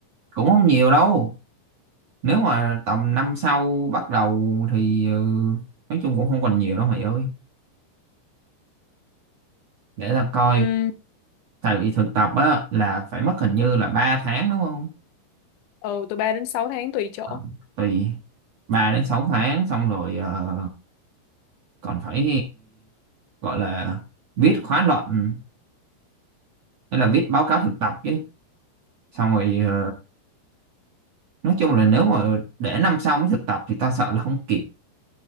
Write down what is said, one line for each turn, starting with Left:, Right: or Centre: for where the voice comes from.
Right: cũng không nhiều đâu nếu mà tầm năm sau bắt đầu thì ờ, nói chung cũng không còn nhiều đâu mày ơi để ta coi
Left: Ừ,
Right: tại vì thực tập á là phải mất hình như là 3 tháng đúng không
Left: ừ, từ ba đến sáu tháng tùy chỗ.
Right: Ờ, tùy 3 đến 6 tháng xong rồi ờ, còn phải gọi là viết khóa luận hay là viết báo cáo thực tập chứ xong rồi ờ, nói chung là nếu mà để năm sau mới thực tập thì ta sợ là không kịp